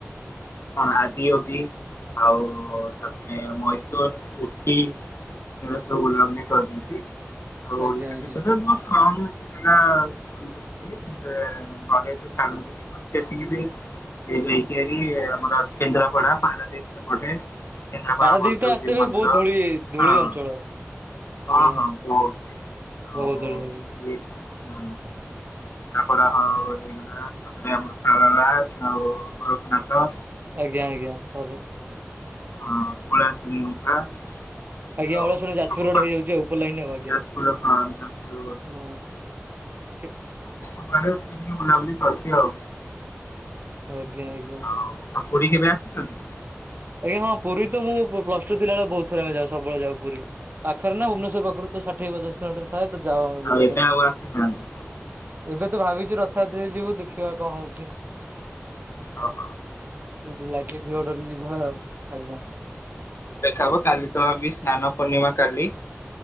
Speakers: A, on the left; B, on the right.
A: କଣ ଆଜିଓବ ଆଉ ତାପରେ ମଇଶୂର, ଉଟି। ରସ ଗୁଲାମ ବି ଖାଉଛନ୍ତି ଆଉ
B: ଆଜ୍ଞା।
A: ସେ
B: ଆଜ୍ଞା।
A: ଭିତରେ ମୋର କାମ <unintelligible> ଘରେ ଅଛି ସାନ ଦିଦି <unintelligible> ସେ ଯାଇଛି ହେରି ଆମର କେନ୍ଦ୍ରାପଡା ପାରାଦ୍ୱୀପ ସେପଟେ। କେନ୍ଦ୍ରାପଡ଼ା
B: ପାରାଦୀପ
A: ବଳଦେବଜୀଉ
B: ତ ଆସିଥିବେ
A: ମନ୍ଦିର
B: ବହୁତ ଧୂଳି ଧୂଳି
A: ହଁ।
B: ଅଞ୍ଚଳ ଆଜ୍ଞା
A: ହଁ ହଁ ବହୁତ୍ ଆଉ
B: ବହୁତ ଧୂଳି ଆଜ୍ଞା
A: ସେମି ଉଁ। କେନ୍ଦ୍ରାପଡ଼ା ହଉ ହେଇଗଲା ତାପରେ ଆମ ଶାରଳା ଆଉ ଗୋରେଖନାଥ।
B: ଆଜ୍ଞା! ଆଜ୍ଞା! ପରେ।
A: <unintelligible>
B: ଆଜ୍ଞା
A: ଆଉ
B: ଓ ଶୁଣ ଯାଜପୁର
A: ସବୁ
B: ରୋଡ଼ ହେଇଯାଉଛି ଉପର ଲାଇନ ଆଜ୍ଞା
A: ଯାଜପୁର ହଁ ଯାଜପୁର
B: ହଁ। ିକ
A: <unintelligible> କରୁଚି ଆଉ।
B: ଆଜ୍ଞା ଆଜ୍ଞା।
A: ହଉ ଆଉ ପୁରୀ କେବେ ଆସିଛନ୍ତି?
B: ଆଜ୍ଞା ହଁ ପୁରୀ ତ ମୁଁ ପ୍ଲସ ଟୁ ଥିଲାବେଳେ ବହୁତ ଥର ଆମେ ଯାଉଁ ସବୁବେଳେ ଯାଉ ପୁରୀ। ପାଖର ନା ଭୁବନେଶ୍ୱର ପାଖରୁ ତ ଷାଠିଏ <unintelligible> ଆମେ ଯାଉ ବୁଲିବା
A: ଆଉ ଏବେ
B: ପାଇଁ
A: ଆଉ ଆସିନାହାନ୍ତି।
B: ଏବେ ତ ଭାବିଛୁ ରଥଯାତ୍ରା ଯିବୁ ଦେଖି ଦେଖିବା କଣ ହଉଚି।
A: ହଁ।
B: ଯଦି ଲାଗିଥିବ ଡୋରି ଯିବା ଆଉ। ଆଜ୍ଞା
A: ଦେଖାହବ କାଲି ତ ସ୍ନାନ ପୂର୍ଣ୍ଣିମା କାଲି।